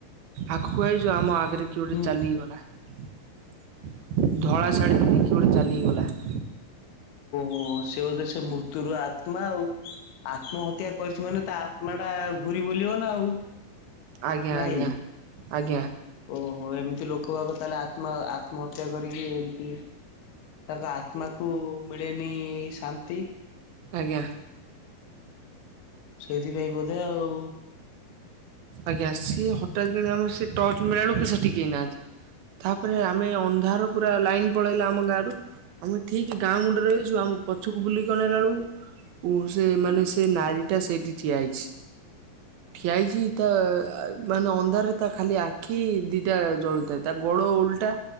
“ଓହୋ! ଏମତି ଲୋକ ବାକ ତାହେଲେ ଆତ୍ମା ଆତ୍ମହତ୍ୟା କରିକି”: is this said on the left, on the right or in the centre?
Left